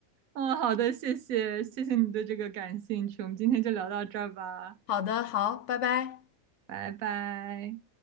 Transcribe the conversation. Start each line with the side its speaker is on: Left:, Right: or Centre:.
Right: 嗯，好的，谢谢，谢谢你对这个感兴趣，我们今天就聊到这儿吧，
Left: 好的，好，拜拜。
Right: 拜拜。